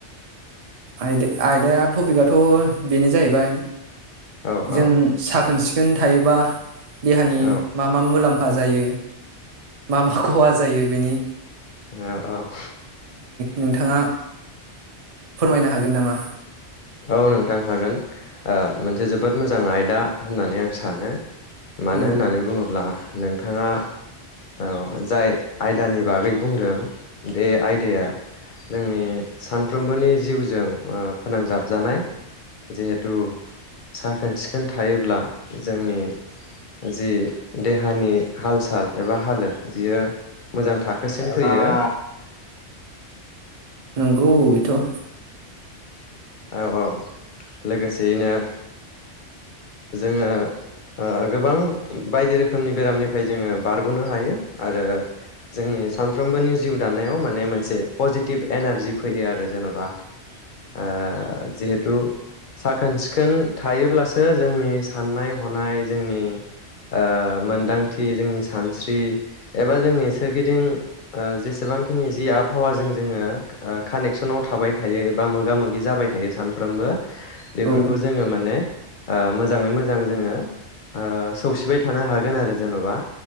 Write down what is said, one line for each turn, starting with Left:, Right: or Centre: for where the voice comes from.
Right: आयदा आयदाया टपिकआथ' बेनो जाहैबाय।
Left: औ
Right: जों
Left: औ
Right: साखोन-सिखो खोन थायोबा। देहानि
Left: औ
Right: मा मा मुलाम फाजायो? मामा खहा जायो? बिनि
Left: हो औ।
Right: नोंथाङा फोरमायनो हागोन नामा?
Left: औ नोंथां हागोन आ मोनसे जोबोद मोजां आयदा होननानै आं सानो। मानो
Right: औ
Left: होननानै बुङोब्ला नोंथाङा औ जाय आयदानि बागै बुंदों बे आयदाया जोंनि सानफ्रोमबोनि जिउजों ओ फोनांजाब। जानाय जिहेथु साखोन सिखोन थायोब्ला जोंनि जि देहानि हाल साल एबा हालोद बियो मोजां थाखोसिम फैयो
Right: नंगौ अ बेथ'
Left: औ औ लोगोसेयैनो। जोङो गोबां ओ बायदि रोखोमनि बेरामनिफ्राय जोङो बारग'नो हायो आरो जोंनि सानफ्रोमबोनि जिउ दानायाव माने मोनसे पजिटिभ एनारजि फैयो आरो जेन'बा आ जिहेथु साखोन सिखोन थायोब्लासो। जोंनि साननाय हनाय जोंनि ओ मोनदांथि जोंनि सानस्रि एबा जोंनि सोरगिदिं आ जेसेबांखिनि जि आबहावाजों जोङो ओ कानेक्सनाव थाबाय थायो एबा मोगा मोगि जाबाय थायो सानफ्रोमबो। बेफोरखौ
Right: औ
Left: जोङो माने ओ मोजाङै मोजां जोङो ओ सौसिबाय थानो हागोन आरो जेन'बा